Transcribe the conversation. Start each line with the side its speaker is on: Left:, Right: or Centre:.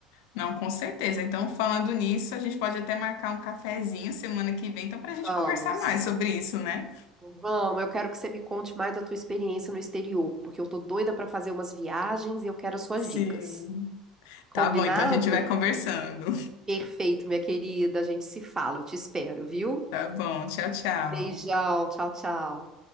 Left: Não, com certeza. Então, falando nisso, a gente pode até marcar um cafezinho semana que vem, então, para a gente
Right: Vamos.
Left: conversar mais sobre isso, né?
Right: Vamos, eu quero que você me conte mais da tua experiência no exterior, porque eu tô doida para fazer umas viagens e eu quero as suas
Left: Sim.
Right: dicas. Combinado?
Left: Tá bom, então a gente vai conversando.
Right: Perfeito, minha querida. A gente se fala, eu te espero, viu?
Left: Tá bom, tchau, tchau.
Right: Beijão, tchau, tchau.